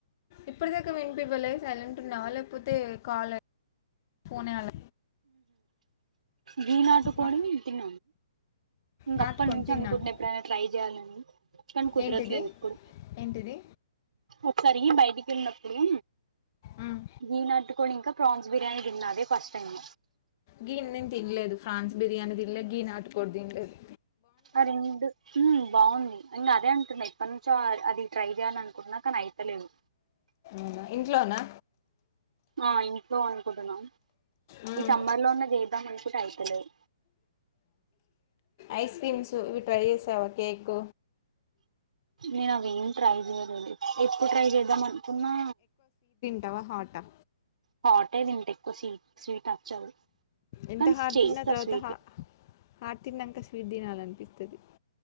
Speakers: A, on the left; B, on the right.
A: ఇప్పటిదాకా వినిపివలే సైలెంట్ ఉన్నావా లేకపోతే కాలే ఫోనే అల
B: వీనాటు కోడి
A: మా,
B: తిన ఇంక
A: నాటుకొని
B: అప్పటి నుంచి
A: తిన్నాను
B: అనుకుంటున్నా ఎప్పుడైనా ట్రై జెయ్యాలని కాని కుదరట్లేదు
A: ఏంటిది
B: ఎప్పుడు
A: ఏంటిది
B: ఒకసారి బయటికె ళినప్పుడు
A: మ్,
B: గీ నాట్టుకోడి ఇంకా ప్రాన్స్ బిర్యానీ తిన్నా అదే ఫస్ట్ టైమ్
A: గీని నేను తినలేదు ఫ్రాన్స్ బిర్యానీ దినలేదు గీని నాటుకోడి దినలేదు
B: ఆ రెండు బాగుంది ఇంకా అదే అంటున్నాయి ఎప్పటి నుంచో అది ట్రై చేయ్యాల అనుకున్నా కానీ అయితలేదు
A: అవునా? ఇంట్లోనా
B: ఆ ఇంట్లో అనుకుంటున్నా
A: మ్,
B: ఈ
A: మ్.
B: సమ్మర్ లో అన్నా చేద్దాం అనుకుంటే అయితలేదు
A: ఐస్ క్రీమ్స్ ఇవి ట్రై చేసావా కేక్
B: నేను అవి ఏం ట్రై చేయలేదు ఎప్పుడు ట్రై చేద్దాం అనుకున్నా
A: తవ హాట్ ఆ
B: హాటే తింట ఎక్కువ స్వీట్ స్వీట్ నచ్చదు
A: ఎంత
B: కానీ
A: హాట్
B: చేస్తా
A: తిన్నా తర్వాత
B: స్వీట్
A: హాట్ తిన్నాక స్వీట్ తినాలనిత్తది